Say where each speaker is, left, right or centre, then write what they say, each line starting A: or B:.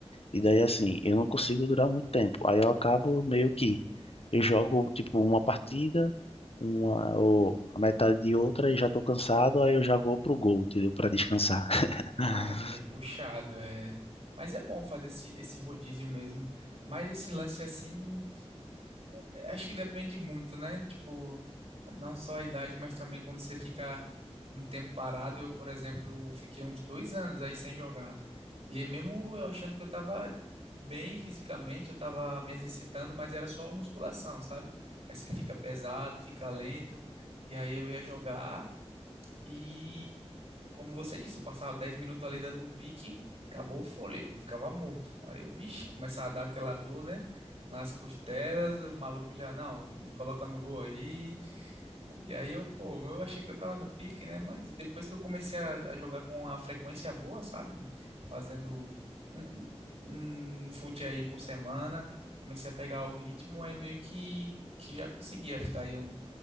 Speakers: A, on the left; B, on the right.
A: E daí, assim, eu não consigo durar muito tempo. Aí eu acabo meio que. Eu jogo, tipo, uma partida, uma, ou a metade de outra, e já tô cansado, aí eu já vou pro gol, entendeu? Pra descansar. <laughs>
B: Aí é puxado, é. Mas é bom fazer esse, esse rodízio mesmo. Mas esse lance assim, é, acho que depende muito, né? Tipo, não só a idade, mas também quando você fica um tempo parado. Eu, por exemplo, fiquei uns dois anos aí sem jogar. E aí mesmo eu achando que eu tava bem fisicamente, eu tava me exercitando, mas era só musculação, sabe? Aí você fica pesado, fica lento. E aí eu ia jogar. E, como você disse, eu passava 10 minutos ali dando um pique, acabou o fôlego, ficava morto. Aí eu, vixe, começava a dar aquela dor, né? Nas costelas, o maluco já, não, me coloca no gol aí. E aí eu, pô, eu achei que eu tava no pique, né? Mas depois que eu comecei a, a jogar com a frequência boa, sabe? Fazendo um, um fute aí por semana, comecei a pegar o ritmo, aí meio que, que já conseguia ficar aí um